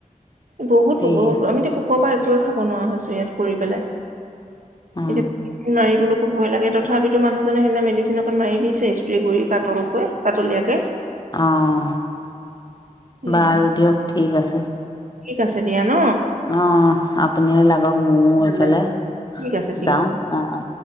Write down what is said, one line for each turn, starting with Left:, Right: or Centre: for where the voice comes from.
Right: বহুতো
Left: এইয়া
Right: বহুতো আমি কৰ পৰা একোৱে খাব নোৱাৰা হৈছো, ইয়াত কৰি পেলাই
Left: অ
Right: এতিয়া, মাৰিবলৈ খুব ভয় লাগে তথাপিতো মানুহজনে সেইদিনা মেডিচিন এখন মাৰি দিছে স্প্ৰে কৰি পাতলকৈ, পাতলীয়াকে
Left: অহ।
Right: এয়া
Left: বাৰু দিয়ক, ঠিক আছে।
Right: ঠিক আছে দিয়া। ন
Left: অ আপুনিও লাগক মইও
Right: ভাল
Left: এইফালে,
Right: লাগে ঠিক আছে ঠিক
Left: যাওঁ
Right: আছে
Left: অ অ।